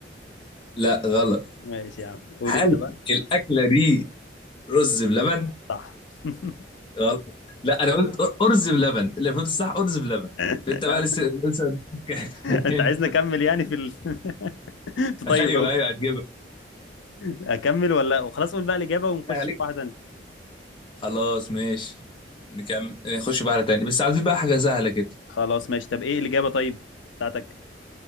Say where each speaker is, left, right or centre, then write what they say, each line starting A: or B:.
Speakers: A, on the left (about 25°); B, on the left (about 80°).
A: لا غلط
B: ماشي يا عم قول
A: هل
B: انت بقى
A: الأكلة دي رز بلبن؟
B: صح <laughs>
A: غلط لا أنا قلت أر- أرز بلبن اللي المفروض الصح أرز بلبن
B: يا
A: أنت بقى
B: عم،
A: لسه لسه <laughs>
B: انت
A: أنت
B: عايزني اكمل يعني في ال... <laughs> طيب
A: أيوه
B: أوي.
A: أيوه هتجيبها
B: اكمل ولا خلاص قول بقى الاجابه ونخش
A: بالله عليك
B: في واحده ثانيه
A: خلاص ماشي نكمل نخش بقى على تاني بس عايزين بقى حاجة سهلة كده
B: خلاص ماشي طب ايه الاجابه طيب بتاعتك